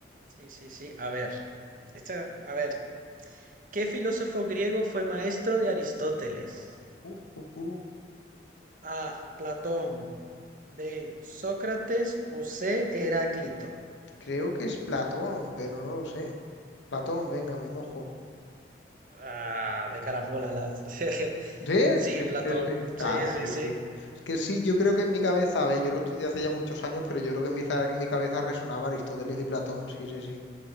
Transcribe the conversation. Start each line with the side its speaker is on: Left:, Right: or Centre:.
Right: Sí, sí, sí. A ver, esta, a ver, ¿qué filósofo griego fue maestro de Aristóteles?
Left: Uf, pu, pu.
Right: A. Platón. B. Sócrates o C. Heráclito.
Left: Creo que es Platón, pero no lo sé. Platón, venga, me mojo.
Right: Ah, de carambola las. <laughs>
Left: ¿Sí?
Right: Sí,
Left: Es
Right: Platón.
Left: ese.
Right: Sí,
Left: Ah,
Right: sí,
Left: sí,
Right: sí.
Left: sí. Es que sí, yo creo que en mi cabeza, a ver, yo lo estudié hace ya muchos años, pero yo creo que en mi, za- en mi cabeza resonaba Aristóteles y Platón, sí, sí, sí.